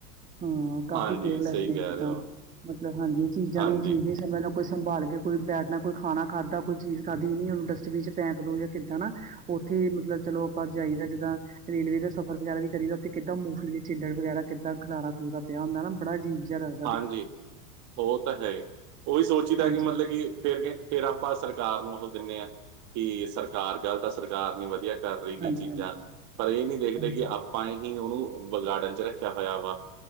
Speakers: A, on the right; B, on the right.
A: ਹਾਂ। ਕਾਫ਼ੀ
B: ਹਾਂਜੀ
A: ਕੇਅਰਲੈਸ
B: ਸਹੀ ਕਹਿ
A: ਨੇ ਜਿੱਦਾਂ
B: ਰਹੇ ਹੋ
A: ਮਤਲਬ ਹਾਂਜੀ ਚੀਜ਼ਾਂ
B: ਹਾਂਜੀ
A: ਨੂੰ ਚੀਜ਼ ਸਮੇਂ ਕੋਈ ਸੰਭਾਲ ਕੇ ਕੋਈ ਬੈਠਣਾ ਕੋਈ ਖਾਣਾ ਖਾਧਾ, ਕੋਈ ਚੀਜ਼ ਖਾਧੀ ਨਈ ਉਹਨੂੰ ਡਸਟਬਿਨ ਚ ਫੈਂਕ ਦੋ ਯਾ ਕਿੱਦਾਂ ਨਾ। ਉੱਥੇ ਮਤਲਬ ਚਲੋ ਆਪਾਂ ਜਾਈਦਾ ਜਿੱਦਾਂ ਰੇਲਵੇ ਦਾ ਸਫਰ ਵਗੈਰਾ ਵੀ ਕਰੀਦਾ ਉੱਥੇ ਕਿਦਾ ਮੂਫਲੀ ਛਿਲੜ ਵਗੈਰਾ ਕਿਦਾ ਖਲਾਰਾ-ਖਲੂਰਾ ਪਿਆ ਹੁੰਦਾ ਨਾ ਬੜਾ ਅਜੀਬ ਜੀਆ ਲਗ
B: ਹਾਂਜੀ ਉਹ ਤਾਂ ਹੈ ਹੀ ਉਹੀ ਸੋਚੀਦਾ
A: ਹਾਂਜੀ
B: ਕਿ ਮਤਲਬ ਕਿ ਫੇਰ ਕਿ ਫਿਰ ਆਪਾਂ ਸਰਕਾਰ ਨੂੰ ਉਹ ਦਿੰਨੇ ਹਾਂ। ਕਿ ਸਰਕਾਰ ਗਲਤ ਆ ਸਰਕਾਰ ਨੀ ਵਧੀਆ ਕਰ ਰਹੀਗੀ
A: ਹਾਂਜੀ-ਹਾਂਜੀ,
B: ਚੀਜ਼ਾਂ ਪਰ ਇਹ ਨੀ ਦੇਖਦੇ
A: ਹਾਂਜੀ-ਹਾਂਜੀ,
B: ਕਿ ਆ ਪਾਏ ਕਿ ਉਹਨੂੰ ਵਿਗਾੜਨ ਚ ਰੱਖਿਆ ਹੋਇਆ ਵਾ